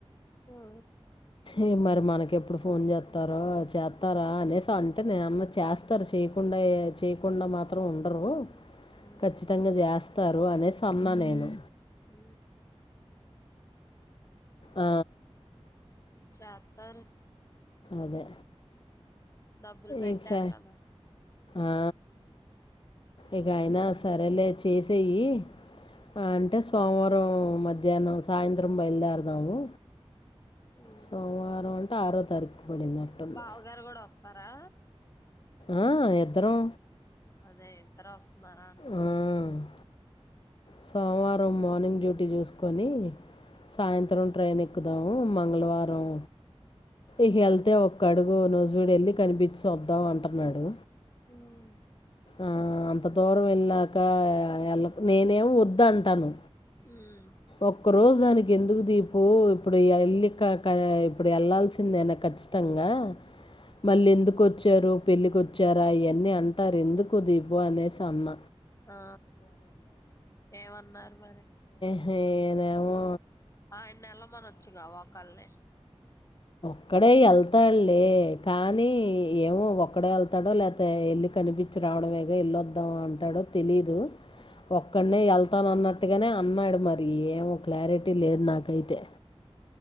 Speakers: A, on the left; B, on the left.
A: హా
B: ఏ మరి మనకెప్పుడు ఫోన్ చేస్తారో చేస్తారా అనేసి అంటే నేన్నా చేస్తారు చేయకు కుండా చేయకుండా మాత్రం ఉండరు
A: మ్మ్
B: కఖచ్చితంగా చేస్తారు అనేసి అన్నా నేను
A: ఉ
B: ఆ
A: చత్తరు
B: అదే
A: డబ్బులు పెట్టారు
B: ఇక స
A: కదా
B: ఆ ఇక అయినా
A: మ్మ్
B: సరేలే చేసేయి అంటే సోమవారం మధ్యాహ్నం సాయంత్రం బయలుదేరదాము
A: మ్మ్
B: సోమవారం అంటే ఆరో తారీఖు పడిందట్టుంది
A: బావగారు కూడా వస్తారా
B: ఆ ఇద్దరం
A: అదే ఇద్దరు వస్తున్నారా అంట
B: ఆ సోమవారం మార్నింగ్ డ్యూటీ చూస్కొని సాయంత్రం ట్రైన్ ఎక్కుదాము మంగళవారం ఇకెళ్తే ఒక్క అడుగు నూజివీడేళ్ళి కనిపించద్దాం అంటన్నాడు.
A: మ్మ్
B: ఆ అంత దూరం వెళ్ళాక వెల్ నేనేమో వద్దంటన్న
A: ఉమ్
B: ఒక్క రోజ్ జ్దానికి ఎందుకు దీపు ఇప్పుడెల్లి క క ఇప్పుడు వెళ్లాల్సిందేనా ఖచ్చితంగా మళ్ళెందుకొచ్చారు పెళ్ళికొచ్చారా ఇవన్నీ అంటారు ఎంద్ కుదిపో అనేసన్న
A: ఆ ఏమన్నార్మరి
B: నేనేమో
A: ఆయన్నెల్లమనచ్చుగా ఒకల్నే
B: ఒక్కడే వెళ్తాడ్లే కానీ ఏమో ఒక్కడే వెళ్తాడో లేకపోతే వెళ్ళి కనిపించి రావడమేగా వెళ్లొద్దాం అంటాడో తెలీదు ఒక్కడ్నే వత్తానన్నట్టుగానే అన్నాడు మరి ఏమో క్లారిటీ లేద్ నాకైతే